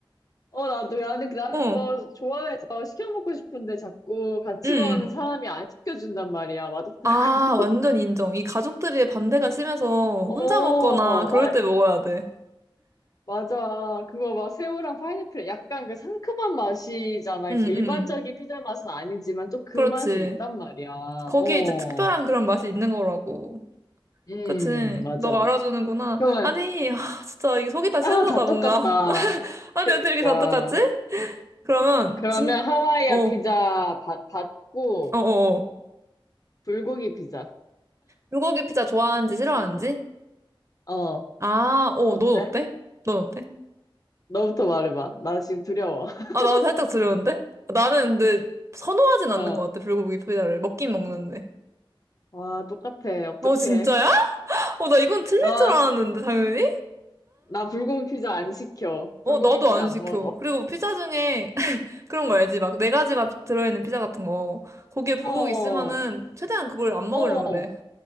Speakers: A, on the left; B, on the right.
A: 어, 나도, 나는, 나
B: 어,
A: 그거
B: 응.
A: 좋아해서 시켜먹고 싶은데 자꾸 같이
B: 응.
A: 먹는 사람이 안 시켜준단 말이야. 맛없다고. <laughs>
B: 아, 완전 인정. 이 가족들의 반대가 심해서
A: 어,
B: 혼자 먹거나 그럴
A: 아,
B: 때 먹어야 돼.
A: 맞아. 그거 막 새우랑 파인애플 약간 그 상큼한 맛이잖아.
B: 응,
A: 그 일반적인
B: 응, 응.
A: 피자 맛은 아니지만 또 그
B: 그렇지.
A: 맛이 있단 말이야.
B: 거기에
A: 어,
B: 이제 특별한 그런 맛이 있는 거라고.
A: 음,
B: 그치.
A: 맞아,
B: 너가
A: 맞아.
B: 알아주는구나.
A: 그러면,
B: 아니, 아, 진짜 이게 속이 다
A: 아,
B: 시원하다,
A: 다
B: 뭔가.
A: 똑같다.
B: <laughs> 아니,
A: 그니까.
B: 어떻게 이렇게 다 똑같지? 그러면,
A: 그러면
B: 진,
A: 하와이아
B: 어,
A: 피자
B: 어,
A: 받, 받고
B: 어, 어.
A: 불고기 피자.
B: 불고기 피자 좋아하는지 싫어하는지?
A: 어,
B: 아, 어,
A: 어때?
B: 넌 어때? 넌 어때?
A: 너부터 말해봐. 나 지금 두려워. <laughs>
B: 아, 나도 살짝 두려운데? 나는 근데 선호하진
A: 어.
B: 않는 것 같아, 불고기 피자를. 먹긴 먹는데.
A: 와, 똑같아. 어떡해.
B: 어, 진짜야? 어, 나 이건 틀릴
A: 나,
B: 줄 알았는데, 당연히?
A: 나 불고기 피자 안 시켜.
B: 어,
A: 불고기
B: 나도
A: 피자
B: 안
A: 안
B: 시켜.
A: 먹어.
B: 그리고 피자 중에 <laughs> 그런 거 알지? 막 네 가지 맛 들어있는 피자 같은 거. 거기에 불고기
A: 어,
B: 있으면은 최대한 그걸 안 먹으려고
A: 어.
B: 그래.